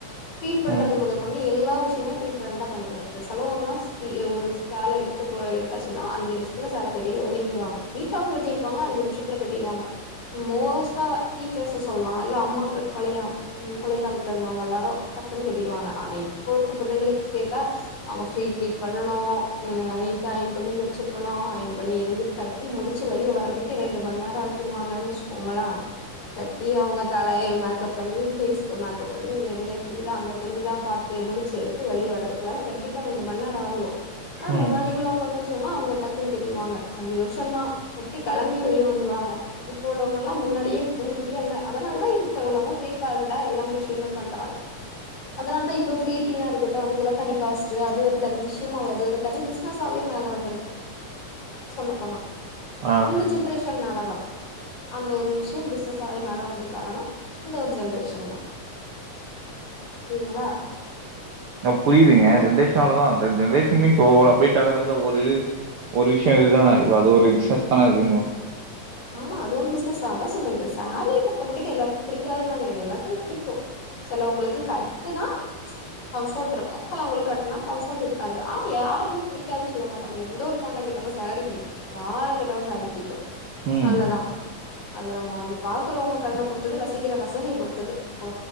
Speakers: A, on the left (about 60°); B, on the right (about 65°).
A: பீட் பண்றது
B: ம்
A: முதற்கொண்டு எல்லா விஷயமுமே ஃப்ரீ பிளானுடா பண்ணிடுவ இப்ப செலவுகல்லாம் ஒரு சேலட் இப்போ எடுத்தாச்சுன்னா அஞ்சு நிமிஷத்துல சேல கட்டிடுவாங்க <unintelligible> நீட்டாவும் கட்டியிருப்பாங்க அஞ்சு நிமிஷத்துல கட்டிடுவாங்க மோஸ்ட்டா டீச்சர்ஸ்ச சொல்லலாம் இல்ல அம்மாக்கள் பழைய பழைய காலத்துல இருந்தவங்க எல்லாரும் டன்னு கட்டிவாங்க ஆனா இப்போ புள்ளைங்களுக்கு கேட்டா அவங்க ப்ரீ பீட் பண்ணனும் உம் ஐ அயன் பண்ணி வெச்சிருக்கணும் அயன்பண்ணிருந்து தட்டி முடிச்சு வெளியவர்றதுக்கே ரெண்டுமண்நேரம் ஆகிறுவாங்கன்னு வெச்சுோங்கள தட்டி அவங்க தலைய மேக்கப் பண்ணி ஃபேசுக்கு மேக்கப் பண்ணி இங்க தெரியுதா அங்க தெரியுதா பாத் முடிச்சு எடுத்து வெளிய வரதுக்குள்ள கண்டிப்பா ரெண்டு மண்நேரம் ஆயிரும் ஆனா
B: ம்
A: முன்னாடி சொன்னா அவங்க டக்குன்ன தெரிவாங்க அஞ்சு நிமிஷதான் கட்டி கிளம்பி வெளிய வந்துருவாங்க இப்ப உள்ளவங்கல்லா முன்னாடியே முன்கூட்டியே அதனால தான் இப்போ உள்ளவங்க ஃப்ரீ பிளானோட எல்லாமே விஷயங்களும் பண்றாங்க அதனாலதான் இப்ப ப்ளீடிங்க இருக்கட்டும் அதுக்கெல்லாம் தனி காசுட்டு அது ஒரு தனி விஷய அது ஒரு தனி பிஸ் சாவே மேல வந்துருக்கு சொல்ல போனா
B: ஆ
A: இந்த ஜென்ரேஷன்னால தா அந்த ஒரு விஷயம் பிசினஸாவே மேல வந்தது காரண இந்த ஒரு ஜென்ரேஷன் தா சரிங்களா
B: புரியுதுங்க
A: சோ
B: ஜென்ரேஷனாலதா ஜென்ரேஷன் மீன்ஸ் ஒவ்வொரு அப்டேட் ஆகறதுல ஒரு இது ஒரு விஷய இதுதான இ அது ஒரு விஸ்னஸ் தான அதுன்னு
A: ஆமா அதுவும் ஒரு பிசினஸ்தா அதா சொல்றது சாரீய பொடுத்த மட்டுக்கு எல்லாருக்கு பிடிக்காதுன்லா கெடையாது எல்லாருக்குமே பிடிக்கு சிலவங்களுக்கு கட்டுனா கம்ஃபோர்ட் இருக்கு சிலவங்களுக்கு கட்டுனா கம்ஃபர்ட் இருக்காது ஆனா யாருக்குமே பிடிக்காதுன்னு சொல்ல மாட்டாங்க எந்த ஒரு பொண்ண கேட்டாலு சாரீ புடிக்கும் யார கேட்டாலு சாரீ புடிக்கு
B: ம்.
A: அவ்ளதா அது நம்ம வந்து பாக்குறவங்க கண்ண பொறுத்தது ரசிக்கிற ரசனைய பொறுத்தது இப்போ